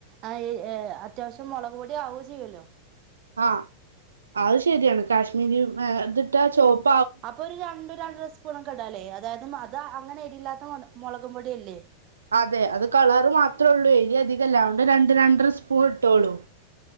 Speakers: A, on the right; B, on the right.
A: ആഹ് അത്യാവശ്യം മുളക് പൊടി ആവുകയും ചെയ്യുമല്ലോ
B: ആഹ അത് ശരിയാണ് കാശ്മീരി ഇതിട്ടാ ചോപ്പ
A: അപ്പൊ ഒരു രണ്ട രണ്ടര സ്പൂണ ഒക്കെടാലേ അതായത് അത് അങ്ങനെ എരിയില്ലാത്ത മുളകും പൊടിയല്ലേ
B: അതെ അത് കളറ് മാത്രേ ഉള്ളൂ എരി അധികല്ല അതുകൊണ്ട് രണ്ട് രണ്ടര സ്പൂൺ ഇട്ടുള്ളൂ